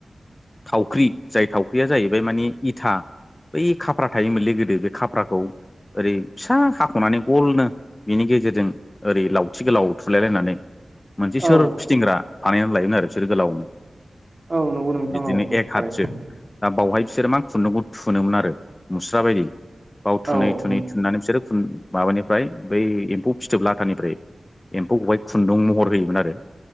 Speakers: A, on the left (about 30°); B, on the right (about 40°).
A: थावख्रि जाय थावख्रिया जाहैबाय मानि इथा बै खाफ्रा थायोमोनलै गोदो बे खाफ्राखौ ओरै फिसा हाख'नानै गलनो बिनि गेजेरजों ओरै लावथि गोलाव थुलायलायनानै मोनसे सोर
B: औ
A: फिदिंग्रा बानायनानै लायोमोन आरो बिसोरो गोलावनो
B: औ नंगौ नोंथां
A: बिदिनो
B: औ
A: एक
B: थारैनो
A: हाथसो दा बावहाय बिसोरो मा खुन्दुंखौ थुनोमोन आरो मुस्रा बायदि बाव थुनै
B: औ
A: थुनै थुननानै बिसोरो थुन माबानिफ्राय बै एम्फौ फिथोब्ला लाथानिफ्राय एम्फौखौहाय खुन्दुं महर होयोमोन आरो